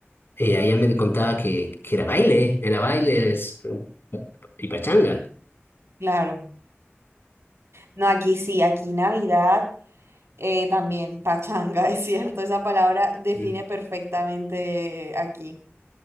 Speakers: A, on the left (about 60°); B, on the right (about 80°).
A: Y ella me contaba que, que era baile, era baile es, y pachanga.
B: claro. No, aquí sí, aquí Navidad eh, también, pachanga, <laughs> es cierto, esa palabra define
A: Ujú,
B: perfectamente aquí.